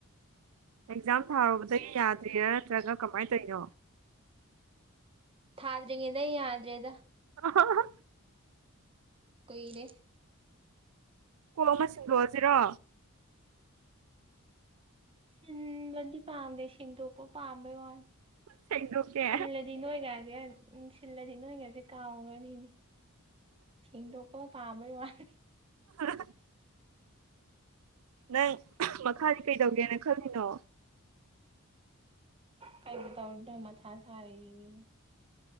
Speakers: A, on the right; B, on the right.
A: ꯑꯦꯛꯖꯥꯝ ꯊꯥꯔꯨꯕꯗꯒꯤ ꯌꯥꯗ꯭ꯔꯤꯔꯥ ꯅꯠꯇ꯭ꯔꯒ ꯀꯃꯥꯏꯅ ꯇꯧꯔꯤꯅꯣ
B: ꯊꯥꯗ꯭ꯔꯤꯉꯩꯗ ꯌꯥꯗ꯭ꯔꯦꯗ
A: ꯑꯍꯥ ꯑꯍ
B: ꯀꯨꯏꯔꯦ
A: ꯀꯣꯛ ꯑꯃ ꯁꯤꯟꯗꯣꯛ ꯑꯖꯤꯔꯣ
B: ꯎꯝ ꯂꯗꯤ ꯄꯥꯝꯗ ꯁꯤꯁꯤꯡꯗꯣꯄ ꯄꯥꯝꯕꯩ ꯋꯥꯅ‌ꯦ
A: ꯁꯦꯡꯗꯣꯛꯀꯦ
B: ꯁꯤꯜꯂꯗꯤ ꯅꯣꯏꯒꯖ‌ꯦ ꯎ ꯁꯤꯜꯂꯗꯤ ꯅꯣꯏꯒꯥꯖ‌ꯦ ꯀꯥꯎꯒꯅꯤꯅꯦ ꯁ‌ꯦꯡꯗ‌ꯣꯛꯄ ꯄꯥꯝꯕꯩ ꯋꯥꯅꯤ
A: ꯑꯍ ꯅꯪ ꯃꯈꯥꯗꯤ ꯀꯩꯗꯧꯒꯦꯅ ꯈꯜꯂꯤꯅꯣ
B: ꯀꯩꯕꯨ ꯇꯧꯔꯨꯗ ꯃꯊꯥ‌ ꯁꯥꯏꯌ‌ꯦ